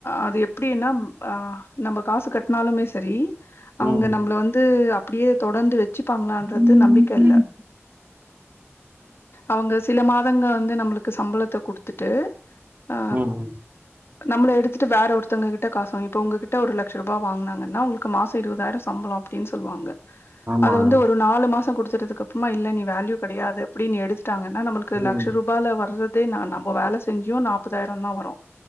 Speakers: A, on the left (about 55°); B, on the right (about 40°).
A: அது எப் எப்டின்னா ஆ நம்ம காசு கட்டுனாலுமே சரி அவுங்க
B: ம்
A: நம்மள வந்து அப் அப்டியே தொடந்து வச்சு ப்பங்களான்றது
B: ம்
A: நம்பிக்கை இல்ல அவுங்க சில மாதங்க வந்து நம்பளுக்கு சம்பளத்த குடுத்துட்டு ஆ
B: உம்
A: நம்மள எடுத்துட்டு வேற ஒருத்தவங்க கிட்ட காசுவாங்கி இப்ப உங்ககிட்ட ஒரு லட்ச ரூபா வாங்னாங்கன்னா உங்களுக்கு மாசம் இருபதாயிரம் சம்பளம் அப்படின்னு சொல்லுவாங்க
B: ஆமாங்க
A: அது வந்து ஒரு நாலு மாசம் குடுத்தறதுக்கு அப்புறமா இல்ல நீ வேல்யூ கிடையாது அப்படின்னு எடுத்துட்டாங்கன்னா நமளுக்கு
B: ம்
A: லட்சம் ரூபால வர்றதே நான் நம் வேல செஞ்சும் நான் முப்பதாயிரம் தான் வரும்